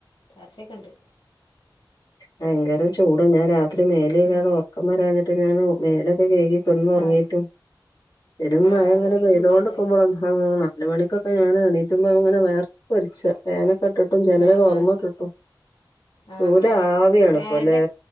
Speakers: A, on the left (about 85°); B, on the left (about 55°).
A: രാത്രിയക്കെണ്ട്
B: ഭയങ്കര ചൂടും ഞാൻ രാത്രി മേലെെകെകാദെ
A: ഉം.
B: ഒറക്കവെരാഞ്ഞിട്ട് ഞൻ മേലക് കഴികി കിടന്നു ഉറങ്ങിട്ടും
A: ആ
B: പെരും
A: ആ
B: മഴ
A: ആ
B: അങ്ങനെ
A: നല്ല
B: പെയ്തോണ്ട്
A: ചൂടായിരുന്നു
B: ഇക്കുമ്പോഴ്
A: ഞാൻ
B: ആഹ് നാല് മണിക്കൊക്കെ ഞൻ എണീറ്റുമ്പോ ഞൻ വേർ തൊലിച്ചാ ഫാനൊക്കെ ഇട്ടിട്ട് ടും ജനല്
A: ആ
B: തുറന്നിട്ടിട്ടും
A: ആ
B: ചൂരാവിയാണ്
A: ആഹ് ആ് വേർത്ത്ലൊച്ച് ഫാന്റെ
B: ഇപ്പല്ലേ